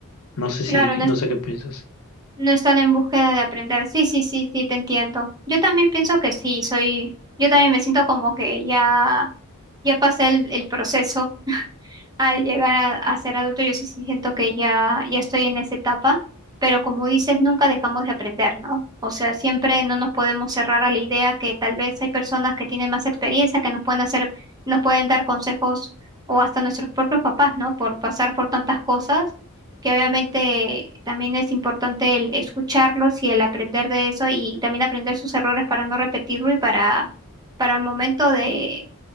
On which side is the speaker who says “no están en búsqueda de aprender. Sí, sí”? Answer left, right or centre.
Right